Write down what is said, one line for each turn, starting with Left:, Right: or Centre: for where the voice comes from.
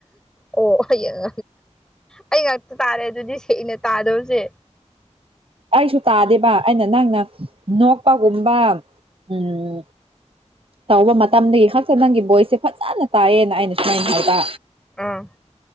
Centre: ꯑꯣ ꯍꯌꯦꯡ ꯑꯩ ꯉꯥꯛ ꯇꯥꯔꯦ ꯑꯗꯨꯗꯤ ꯁꯦꯡꯅ ꯇꯥꯗꯕꯁꯦ
Right: ꯑꯩꯁꯨ ꯇꯥꯗꯦꯕ ꯑꯩꯅ ꯅꯪꯅ ꯅꯣꯛꯄꯒꯨꯝꯕ ꯎꯝ ꯇꯧꯕ ꯃꯇꯝꯗꯒꯤꯈꯛꯇ ꯅꯪꯒꯤ ꯚꯣꯏꯁꯁꯦ ꯐꯖꯅ ꯇꯥꯏꯑꯌꯦꯅꯑꯩꯅ ꯁꯨꯃꯥꯏꯅꯍꯥꯏꯕ
Centre: ꯑꯥ